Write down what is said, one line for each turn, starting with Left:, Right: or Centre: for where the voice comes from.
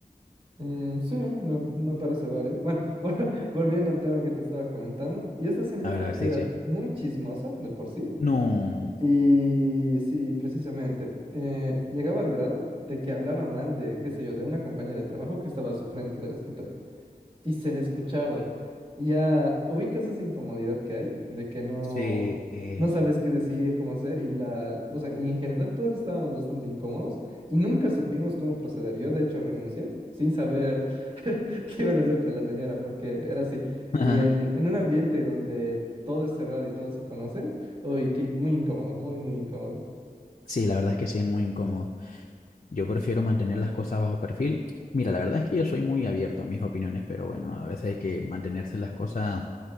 Right: mm, sí, me, me parece válido. Bueno, <laughs> vol- volviendo al tema que te estaba comentando, y esta señora
Left: A ver, a ver si
Right: era
Left: dice.
Right: muy chismosa de por sí,
Left: No,
Right: Y sí, precisamente, eh, llegaba al grado de que hablaba mal de, qué sé yo, de una compañera de trabajo que estaba a su frente del escritorio y se le escuchaba. Y ya ubicas esa incomodidad que hay de que no,
Left: sí. eh,
Right: no sabes qué decir, cómo hacer y la, o sea, y en general todos estábamos bastante incómodos y nunca supimos cómo proceder. Yo de hecho renuncié sin saber <laughs> qué iban a hacer con la señora porque era así.
Left: <laughs>
Right: Y en, en un ambiente donde todo es cerrado y todos se conocen, uy, qué, muy incómodo, muy, muy incómodo.
Left: Sí, la verdad es que sí es muy incómodo. Yo prefiero mantener las cosas bajo perfil. Mira, la verdad es que yo soy muy abierto a mis opiniones, pero bueno, a veces hay que mantenerse las cosas